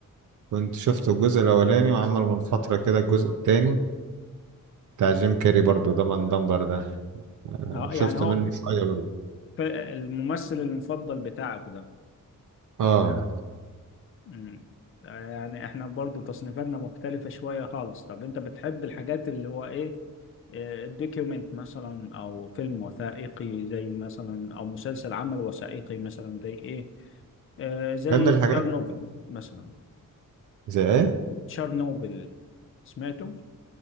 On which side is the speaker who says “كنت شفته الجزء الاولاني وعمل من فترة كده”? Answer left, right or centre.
Right